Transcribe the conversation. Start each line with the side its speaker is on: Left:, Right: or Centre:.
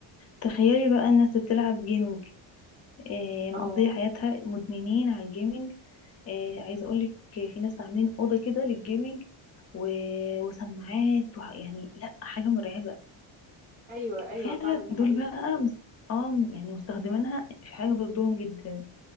Left: تخيلي بقى الناس اللي بتلعب جيمنج إيه مقضية
Right: اه
Left: حياتها مدمنين على الجيمنج إيه عايزة أقولك في ناس عاملين أوضة كده للجيمنج و... وسماعات وح... يعني لأ حاجة مرعبة
Right: ايوه ايوه
Left: فعلا
Right: فعلا ده
Left: دول
Right: حقيقي
Left: بقى مس- اه م- يعني مستخدمينها في حاجه ضدهم جدا